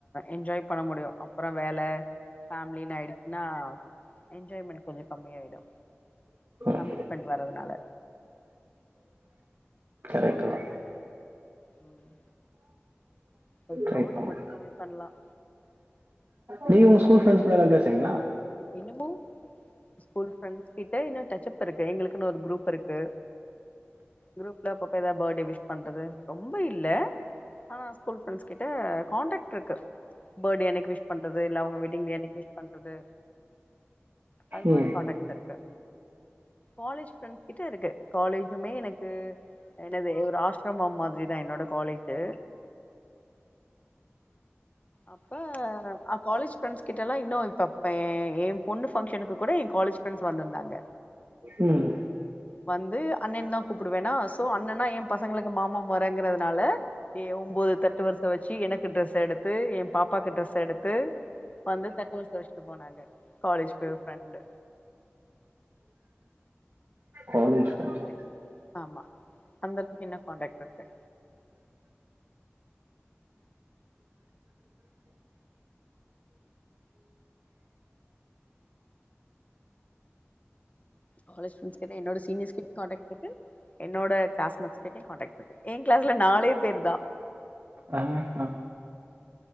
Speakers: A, on the left; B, on the right.
A: என்ஜாய் பண்ண முடியு அப்பற வேல ஃபேமிலினு ஆயிடுச்சினா என்ஜாய்மெண்ட் கொஞ்ச கம்மியாயிடு
B: ம்
A: கமிட்மெண்ட் வரதுனால
B: கரெக்ட்டு தா
A: ம் ம் <unintelligible>
B: ட்ரை
A: சவுண்ட
B: பண்ணு
A: மட்டும் கம்மி பண்லாம்
B: நீங்க உங்க ஸ்கூல் ஃப்ரெண்டஸ் கூடலா பேசுவின்ங்களா
A: இன்னுமு ஸ்கூல் ஃப்ரெண்டஸ் கிட்ட இன்னு டச்சப் இருக்கு எங்களுக்குனு ஒரு குரூப் இருக்கு குரூப்ல அப்பப்ப எதா பர்த்டே விஷ் பண்றது ரொம்ப இல்ல ஆனா ஸ்கூல் ஃப்ரெண்டஸ்கிட்ட காண்டாக்ட்ருக்கு பர்த்டே அன்னைக்கு விஷ் பண்றது இல்ல அவங்க வெட்டிங் டே அன்னிக்கு விஷ் பண்றது அது மாரி
B: ம்
A: கண்ட்டாக்ட்ஸ் இருக்கு காலேஜ் ஃப்ரண்ட்ஸ் கிட்ட இருக்கு காலேஜுமே எனக்கு என்னது ஒரு ஆசிரமம் மாதிரிதா என்னோட காலேஜு அப்ப ஆ காலேஜ் ஃப்ரெண்ட்ஸ் கிட்டலா இன்னும் இப்ப ஏன் என் பொண்ணு பங்க்ஷனுக்கு கூட என் காலேஜ் ஃப்ரெண்ட்ஸ் வந்திருந்தாங்க
B: ம்
A: வந்து அண்ணன் தா கூப்பிடுவேனா சோ அண்ணன்னா என் பசங்களுக்கு மாமா மொரங்கறதுனால ஏ ஒன்பது தட்டு வருச வச்சி எனக்கு ட்ரெஸ் எடுத்து டுத்து என் பாப்பாக்கு ட்ரெஸ் எடுத்து வந்து தட்டு வருச வச்சுட்டு போனாங்க காலேஜ் போய் ஃப்ரெண்டு
B: காலேஜ்
A: அந்த அளவுக்கு
B: ஃப்ரெண்ட்ஸ்
A: ஆமா அந்த அளவுக்கு என்னு கான்டாக்ட் இருக்கு காலேஜ் ஃப்ரெண்டஸ் கிட்ட என்னோட சீனியர்ஸ்ட்யு காண்ட்டாக்ட்ஸ் இருக்கு என்னோட க்ளாஸ் மெட்ஸ்டயும் காண்ட்டாக்ட்ஸ் இருக்கு என் கிளாஸ்ல நாலே பேர்தா
B: ஆ ஆ